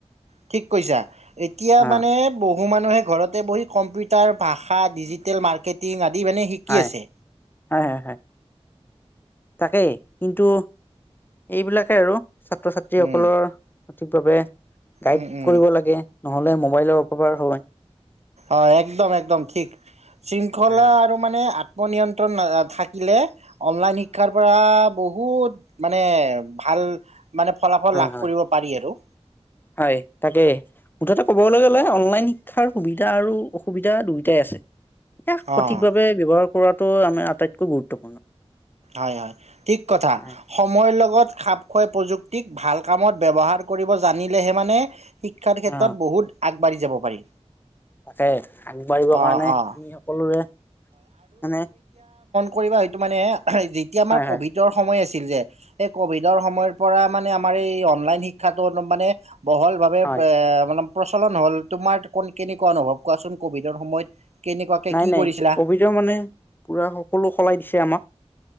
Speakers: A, on the right; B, on the left.
A: ঠিক কৈছা, এতিয়া
B: হয়
A: মানে বহু বহু মানুহে ঘৰতে বহি কম্পিউটাৰ ভাষা ডিজিটেল মাৰ্কেটিং আদি। ই মানে শিকি
B: হয়
A: আছে
B: হয় হয় হয় তাকেই কিন্তু এইবিলাকে আৰু, ছাত্ৰ ছাত্ৰীসকলৰ
A: উম,
B: সঠিকভাৱে। গাইড
A: উম, উম,
B: কৰিব লাগে নহলে মোবাইলৰ অপকাৰ হব পাই।
A: অ একদম একদম ঠিক শৃংখলা
B: হা
A: আৰু মানে। নিয়ন্ত্ৰণ থাকিলে। অনলাইন শিক্ষাৰ পৰা। বহুত মানে ভাল মানে ফলাফল
B: হয়
A: লাভ
B: হয়
A: কৰিব পাৰি আৰু,
B: হয় তাকেই। মুঠতে ক'বলৈ গ'লে অনলাইন শিক্ষাৰ সুবিধা আৰু অসুবিধা দুয়ইোটাই আছে। ইয়াক সঠিকভাৱে
A: অ',
B: ব্যৱহাৰ কৰাটো আমাৰ আটাইতকৈ গুৰুত্বপূৰ্ণ।
A: হয় হয় ঠিক কথা,
B: হয়
A: সময়ৰ লগত খাপ খুৱাই প্ৰযুক টিক ভাল কামত ব্যৱহাৰ কৰিব জানিলেহে মানে শিক্ষাৰ ক্ষেত্ৰত
B: অ
A: বহুত আগ। বাঢ়ি যাব পাৰি,
B: তাকে আগবাঢ়িবৰ কাৰণে
A: অ', অ'।
B: আমি সকলোৰে মানে
A: কৰিব হয়েইটো মানে যেতিয়া আমাৰ
B: হয় হয়
A: কভিডৰ সময় আছে ছিল যে এই ক'ভিডৰ সময়ৰ পৰা মানে আ আমাৰ এই অনলাইন শিক্ষাটো মানে বহলভাৱে
B: হয়
A: পে মানে প্ৰচলন হ'ল তোমাৰ ক কেনেকুৱা অনুভৱ কোৱাচোন কভিডৰ সময়ত কেনেকুৱাকে
B: নাই
A: কি
B: নাই
A: কৰিছিলা?
B: কভিডৰ মানে পুৰা সকলো সলাই দিছে আমাক